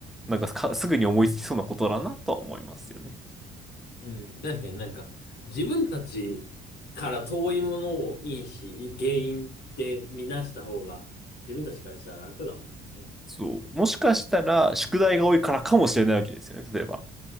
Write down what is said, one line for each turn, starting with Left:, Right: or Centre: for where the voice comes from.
Centre: なんかかすぐに思いつきそうなことだなとは思いますよね。
Left: うん確かになんか、自分たちから遠いものを因子、原因って見出した方が、自分たちからしたら楽だもんね。
Centre: そう。もしかしたら、宿題が多いからかもしれないわけですよね。例えば。